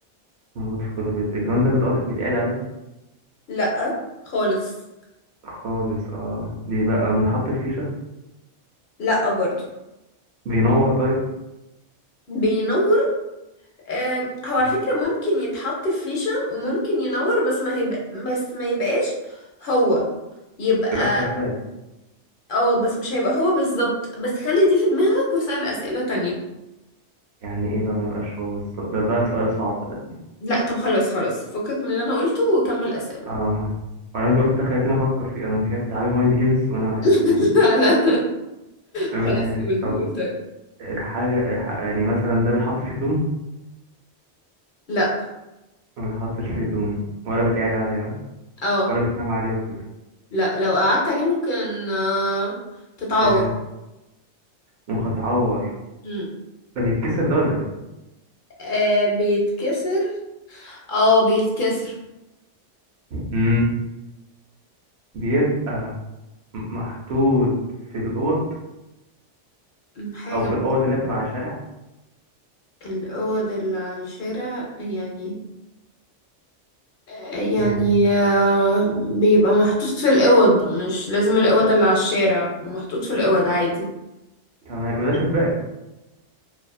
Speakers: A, on the right; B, on the left.
A: موجود في كل بيت الجماد ده بيتقعد بيتقعد عليه
B: لا خالص
A: خالص اه بيبقى بنحط في فيشة
B: لا برضو
A: بينور طيب
B: بينور آه، هو على
A: مم.
B: فكرة ممكن يتحط في فيشة وممكن ينور بس ما هيبقى بس ما يبقاش هو يبقى
A: ميبقاش شغال يعني
B: اه بس مش هيبقى هو بالظبط بس خلي دي في دماغك واسأل أسئلة تانية
A: يعني ايه بقى ميبقاش هو الص- ده بقى سؤال صعب ده
B: لا طب خلاص خلاص فكك من اللي انا قلته وكمل أسئلة
A: اه وبعدين انت قلت تخيلتني افكر فيه آه، انت كده بتلعبي مايند جيمز وانا بحب
B: <laughs>
A: المايند جيمز
B: لا لا
A: ماشي
B: خلاص قول
A: طب
B: قول طيب
A: الحاجة الح- يعني مثلا ده بيتحط فيه هدوم
B: لا
A: ما بيتحطش فيه هدوم ولا بيتقعد عليها
B: اه
A: ولا بتنام عليه وكده
B: لا لو قعدت عليه ممكن آه، تتعور
A: ايه ممكن اتعور
B: مم.
A: ده بيتكسر ده ولا ايه
B: آه بيتكسر اه بيتكسر
A: مم. بيبقى م- محطوط في الأوض
B: مم، حاجة
A: أو في
B: من
A: الأوض اللي بتبقى على الشارع
B: الأوض اللي على الشارع يعني آه، يعني
A: يعني
B: آه، بيبقى محطوط في الأوض مش لازم الأوض اللي على الشارع محطوط في الأوض عادي
A: تمام ما ده شباك